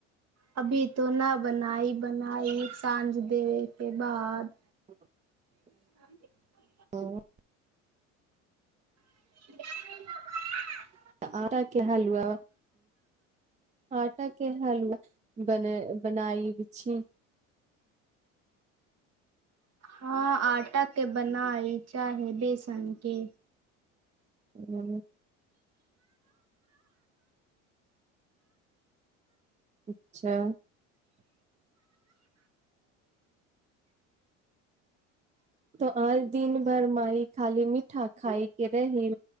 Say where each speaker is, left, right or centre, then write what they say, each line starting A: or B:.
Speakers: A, on the right; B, on the right.
A: अभी तो न बनाई बनाई साँझ देबे के बाद
B: <inaudible>
A: <unintelligible>
B: हँ
A: <unintelligible>
B: आटा के हलुआ आटा के हलुआ बने बनाई छी
A: हँ आटा के बनाई चाहे बेसन के
B: हू अच्छा तो आइ दिन भर माई खाली मीठा खाायके रहि